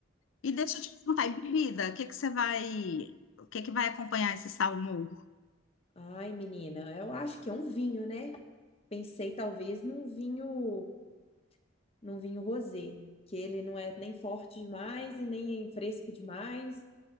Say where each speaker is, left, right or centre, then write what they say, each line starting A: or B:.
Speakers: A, on the left; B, on the left.
A: E deixa eu te perguntar, e bebida, o que que você vai, o que que vai acompanhar esse salmão?
B: Ai, menina, eu acho que é um vinho, né? Pensei talvez num vinho, num vinho rosé, que ele não é nem forte demais e nem fresco demais.